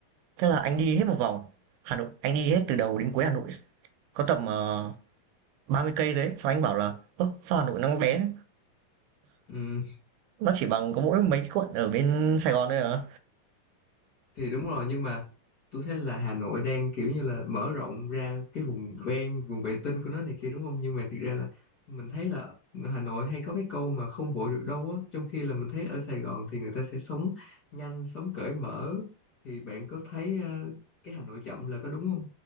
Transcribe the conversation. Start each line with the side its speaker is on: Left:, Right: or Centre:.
Right: thế là anh đi hết một vòng Hà Nội, anh đi hết từ đầu đến cuối Hà Nội, có tầm uh, 30 cây đấy, sau anh bảo là "Ơ, sao Hà Nội nó bé thế?
Left: Ừ.
Right: Nó chỉ bằng có mỗi mấy quận ở bên Sài Gòn thôi à.
Left: thì đúng rồi nhưng mà tôi thấy là Hà Nội đang kiểu như là mở rộng ra cái vùng ven vùng vệ tinh của nó này kia đúng không nhưng mà thiệt ra là mình thấy là Hà Nội hay có cái câu mà không vội được đâu á trong khi là mình thấy ở Sài Gòn thì người ta sẽ sống nhanh sống cởi mở thì bạn có thấy ờ, cái Hà Nội chậm là có đúng không